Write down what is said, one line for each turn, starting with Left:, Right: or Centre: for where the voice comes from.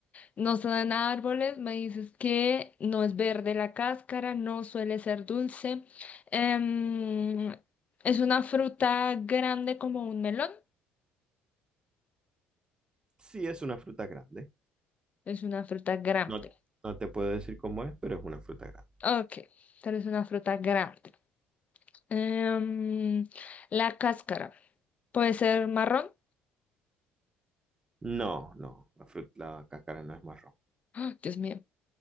Left: No se dan árboles, me dices que no es verde la cáscara, no suele ser dulce. Em, es una fruta grande como un melón.
Right: Sí, es una fruta grande.
Left: Es una fruta grande.
Right: No, no te puedo decir cómo es, pero es una fruta grande.
Left: Ok, pero es una fruta grande. Em, la cáscara puede ser marrón.
Right: No, no, la fruta, la cáscara no es marrón.
Left: ¡Ah! Dios mío.